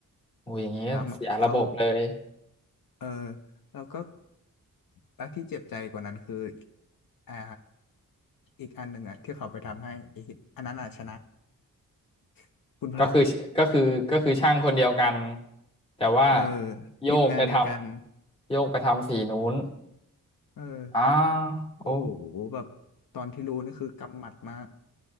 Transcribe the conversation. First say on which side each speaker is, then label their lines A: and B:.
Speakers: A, on the left; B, on the left.
A: โอ้ยอย่างนี้ก็เสียระบบเลย
B: แล้วมแล้วเออแล้วก็แล้วที่เจ็บใจกว่านั้นคืออ่าอีกอันหนึ่งอะที่เขาไปทำให้อีกอันนั้นอะชนะ <laughs> คุณพระ
A: ก็คือก็คือก็คือช่างคนเดียวกันแต่ว่า
B: เออ
A: โยกไปทำโยกไปทำสีนู้น
B: ทีมงานเดียวกันเออ
A: อ้าวโอ้
B: โอ้โหแบบตอนที่รู้นี่คือกำหมัดมาก